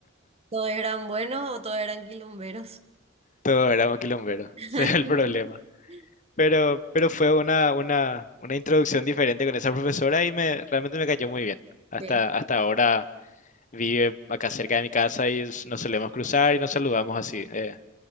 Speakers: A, on the right; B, on the left.
A: ¿Todos eran buenos o todos eran quilomberos?
B: todo era quilombero,
A: <laughs>
B: <laughs> ese es el problema. Pero, pero fue una, una, una introducción diferente con esa profesora y me, realmente me cayó muy bien. Hasta,
A: sí.
B: hasta ahora vive acá cerca de mi casa y s- nos solemos cruzar y nos saludamos así. eh,